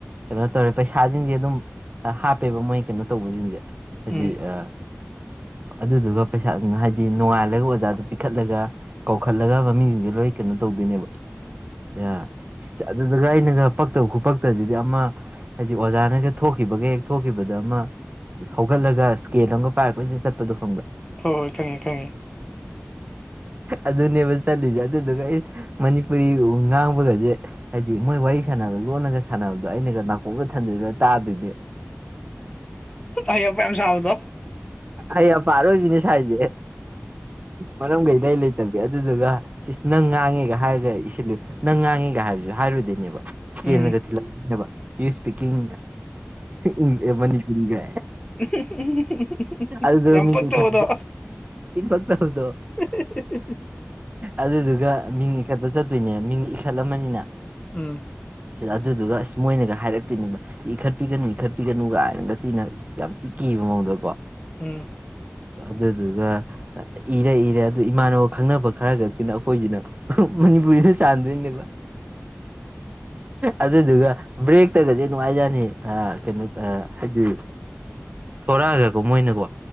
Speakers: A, on the right (about 35°); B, on the left (about 20°).
A: ꯀꯩꯅꯣ ꯇꯧꯔꯦ ꯄꯩꯁꯥꯁꯤꯡꯁꯦ ꯑꯗꯨꯝ ꯍꯥꯞꯄꯦꯕ ꯃꯣꯏ ꯀꯩꯅꯣ ꯇꯧꯕꯁꯤꯡꯁꯦ ꯍꯥꯏꯗꯤ
B: ꯎꯝ
A: ꯑ ꯑꯗꯨꯗꯨꯒ ꯄꯩꯁꯥꯗꯨꯅ ꯍꯥꯏꯗꯤ ꯅꯣꯡꯉꯥꯜꯂꯒ ꯑꯣꯖꯥꯗꯨ ꯄꯤꯈꯠꯂꯒ ꯄꯨꯈꯠꯂꯒ ꯃꯃꯤꯡꯁꯤꯡꯁꯦ ꯂꯣꯏ ꯀꯩꯅꯣ ꯇꯧꯗꯣꯏꯅꯦꯕ ꯌꯥ ꯑꯗꯨꯗꯨꯒ ꯑꯩꯅꯒ ꯄꯛꯇꯕ ꯈꯨꯄꯛꯇꯁꯤꯗꯤ ꯑꯃ ꯍꯥꯏꯗꯤ ꯑꯣꯖꯥꯅꯒ ꯊꯣꯛꯈꯤꯕꯒ ꯍꯦꯛ ꯊꯣꯛꯈꯤꯕꯗ ꯑꯃ ꯍꯧꯒꯠꯂꯒ ꯏꯁꯀꯦꯜ ꯑꯃꯒ ꯄꯥꯏꯔꯛꯄꯩꯁꯤꯗ ꯆꯠꯄꯗꯣ ꯈꯪꯕ꯭ꯔꯥ
B: ꯍꯣꯏ ꯍꯣꯏ ꯈꯪꯉꯦ ꯈꯪꯉꯦ
A: ꯑꯗꯨꯅꯦꯕ ꯆꯠꯂꯤꯁꯦ ꯑꯗꯨꯗꯨꯒ ꯑꯩ ꯃꯅꯤꯄꯨꯔꯤ ꯉꯥꯡꯕꯒꯁꯦ ꯍꯥꯏꯗꯤ ꯃꯣꯏ ꯋꯥꯔꯤ ꯁꯥꯟꯅꯅꯕꯒ ꯂꯣꯟꯂꯒ ꯁꯥꯟꯅꯕꯗꯣ ꯑꯩꯅꯒ ꯅꯥꯀꯣꯛꯝꯒ ꯊꯟꯗꯣꯏꯗ ꯇꯥꯗꯣꯏꯗꯤ
B: ꯑꯣꯛꯄ ꯌꯥꯝ ꯁꯥꯕꯗꯣ
A: ꯑꯩ ꯑꯄꯥꯠ ꯑꯣꯏꯕꯤꯅꯦ ꯁꯥꯏꯁꯦ ꯃꯔꯝ ꯀꯩ ꯂꯩ ꯂꯩꯇꯦ ꯑꯗꯨꯗꯨꯒ ꯅꯪ ꯉꯥꯡꯉꯦꯒ ꯍꯥꯏꯔ ꯏ ꯅꯪ ꯉꯥꯡꯉꯦꯒ ꯍꯥꯏꯔꯁꯨ ꯍꯥꯏꯔꯨꯗꯣꯏꯅꯦꯕ ꯏꯁꯀꯦꯜꯒ
B: ꯎꯝ
A: ꯊꯤꯜꯂꯛꯅꯦꯕ ꯌ ꯏꯁꯄꯤꯀꯤꯡ ꯏ ꯃꯅꯤ ꯏꯒ
B: <inaudible>
A: ꯑꯗꯨꯜ
B: ꯌꯥꯝ
A: ꯃꯤꯅꯤ
B: ꯄꯛꯇꯕꯗꯣ
A: ꯈ ꯏ ꯐ ꯍꯕꯣ
B: ꯍ
A: ꯑꯗꯨꯗꯨꯒ ꯃꯤꯡ ꯏꯈꯠꯄ ꯆꯠꯇꯣꯏꯅꯦ ꯃꯤꯡ ꯏꯈꯠꯂꯝꯃꯅꯤꯅ
B: ꯎꯝ
A: ꯑꯗꯨꯗꯨꯒ ꯑꯁ ꯃꯣꯏꯅꯒ ꯍꯥꯏꯔꯛꯇꯣꯏꯅꯦꯕ ꯏꯈꯠꯄꯤꯒꯅꯨ ꯏꯈꯠꯄꯤꯒꯅꯨ ꯀꯥꯏꯅꯒ ꯊꯤꯅ ꯌꯥꯝ ꯊꯤꯛ ꯀꯦ ꯃꯑꯣꯡꯗ ꯀꯣ
B: ꯎꯝ
A: ꯑꯗꯨꯗ ꯑꯗꯨꯒ ꯍꯔ ꯍꯔꯦ ꯏꯃꯥꯟꯅꯕ ꯈꯪꯅꯕ ꯈꯔ ꯈꯛꯇꯅ ꯑꯩꯈꯣꯏꯁꯤꯅ ꯃꯅꯤꯄꯨꯔꯤꯗ ꯆꯥꯟꯗꯣꯏꯅꯦꯕ ꯑꯗꯨꯗꯨꯒ ꯕ꯭ꯔꯦꯛꯇꯒꯁꯦ ꯅꯨꯡꯉꯥꯏꯖꯅꯤ ꯀꯩꯅꯣ ꯍꯥꯏꯗꯤ ꯊꯣꯔꯛꯑꯒꯀꯣ ꯃꯣꯏꯅꯀꯣ